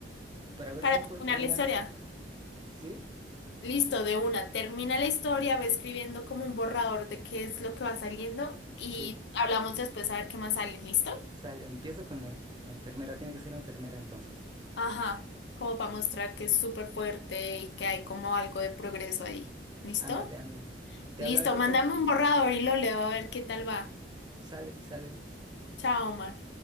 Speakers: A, on the right (about 25°); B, on the left (about 70°).
A: para ver
B: Para
A: cómo
B: terminar
A: puede terminar
B: la historia.
A: esto. con- ¿Sí?
B: Listo, de una. Termina la historia, va escribiendo como un borrador de qué es lo que va saliendo y
A: Sí.
B: hablamos después a ver qué más sale. ¿Listo?
A: Sale, empiezo con la enfermera. Tiene que ser enfermera entonces.
B: Ajá, como para mostrar que es súper fuerte y que hay como algo de progreso ahí. ¿Listo?
A: Ándale, ándale. Te
B: Listo,
A: hablo al rato.
B: mándame un borrador y lo leo a ver qué tal va.
A: Sale, sale.
B: Chao, Omar.